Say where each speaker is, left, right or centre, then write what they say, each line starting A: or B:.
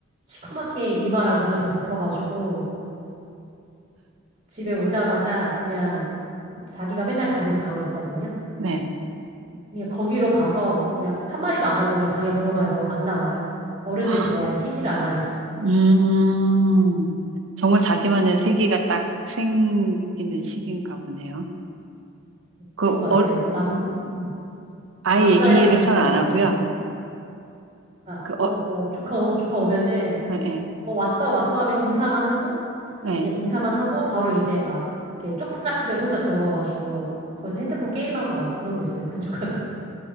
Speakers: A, on the right; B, on the right.
A: 시커멓게 이마랑 눈을 다 덮어가지고 집에 오자마자 그냥 자기가 맨날 가는 방이 있거든요.
B: 네.
A: 그냥 거기로 가서 그냥 한마디도 안 하고 그냥 방에 들어가서 안 나와요. 어른들
B: 아,
A: 대화에 끼질 않아요. <laughs>
B: 음, 정말 자기만의 세계가 딱 생기는 시기인가 보네요. 그,
A: 그런 것 같아요.
B: 어,
A: 또 남, 음,
B: 아예
A: 또 남자이라서
B: 얘기를
A: 더
B: 잘
A: 그런
B: 안
A: 것
B: 하고요.
A: 같기도 하고. 막,
B: 그,
A: 어,
B: 어,
A: 뭐, 조카, 오- 조카 오면은
B: 예, 예.
A: 어, 왔어, 왔어 하면 인사만 하고,
B: 예.
A: 이제 인사만 하고, 바로 이제 막, 이렇게 쪽방 같은 데로 혼자 들어가가지고, 거기서 핸드폰 게임하고 막 그러고 있어요, 근조카가.